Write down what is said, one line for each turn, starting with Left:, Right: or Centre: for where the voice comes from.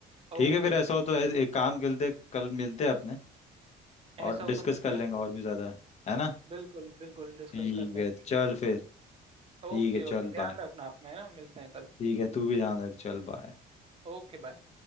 Left: ठीक
Right: Okay
Left: है फिर ऐसा
Right: okay
Left: हो तो ऐ- एक काम करते कल मिलते हैं अपने
Right: ऐसा
Left: और
Right: हो
Left: डिस्कस
Right: तो मिलते
Left: कर लेंगे
Right: हैं
Left: और भी ज्यादा है ना
Right: बिल्कुल बिल्कुल डिस्कस
Left: ठीक
Right: करते हैं
Left: है
Right: ठीक
Left: चल
Right: है
Left: फिर ठीक
Right: ओके
Left: है
Right: ओके
Left: चल
Right: ध्यान
Left: बाय
Right: रखना अपना है ना मिलते हैं कल
Left: ठीक है तू भी ध्यान रख चल बाय
Right: Okay bye